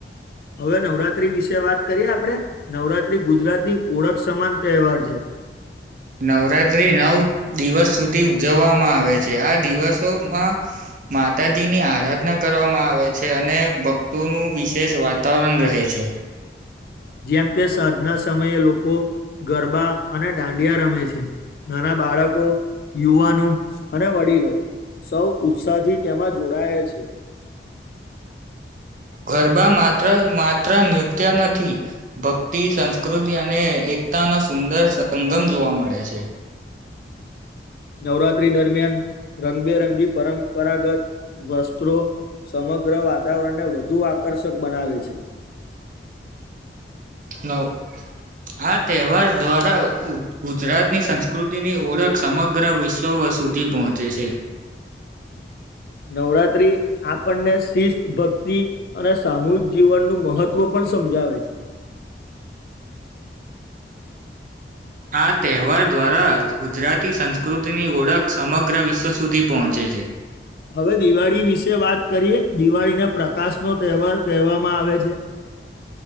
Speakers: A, on the left (about 55°); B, on the right (about 45°).
A: હવે નવરાત્રી વિશે વાત કરીએ આપડે નવરાત્રી ગુજરાતની ઓળખ સમાન તહેવાર છે.
B: નવરાત્રી નવ દિવસ સુધી ઉજવવામાં આવે છે આ દિવસોમાં, માતાજીની આરાધના કરવામાં આવે છે અને ભક્તોનું વિશેષ વાતાવરણ રહે છે.
A: જેમ કે સાધના સમયે લોકો ગરબા અને દાંડિયા રમે છે. નાના બાળકો યુવાનો અને વડીલો, સૌ ઉત્સાહથી તેમાં જોડાયેલ છે.
B: ગરબા માત્ર માત્ર નૃત્ય નથી. ભક્તિ સંસ્કૃતિ અને એકતા નો સુંદર સંગમ જોવા મળે છે.
A: નવરાત્રી દરમિયાન રંગબેરંગી પરંપરાગત, વસ્ત્રો સમગ્ર વાતાવરણને વધુ આકર્ષક બનાવે છે.
B: નવ, આ તહેવાર દ્વારા ગુજરાતની સંસ્કૃતિની ઓળખ સમગ્ર વિશ્વ, સ સુધી પહોંચે છે.
A: નવરાત્રી, આપણને શિસ્ત ભક્તિ અને સામૂહિક જીવનનું મહત્વ પણ સમજાવે છે
B: આ તહેવાર દ્વારા ગુજરાતી સંસ્કૃતિની ઓળખ સમગ્ર વિશ્વ સુધી પહોંચે છે.
A: હવે દિવાળી વિશે વાત કરીએ દિવાળીને પ્રકાશ નો તહેવાર કહેવામાં આવે છે.